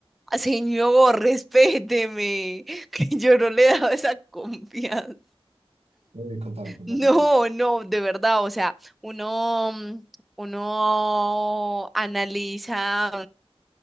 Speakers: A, in the centre; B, on the right.
A: Señor, respéteme, <laughs> que yo no le he dado esa confianza. <laughs>
B: no, eh, contame, contame.
A: No, no, de verdad, o sea, uno, mm, uno analiza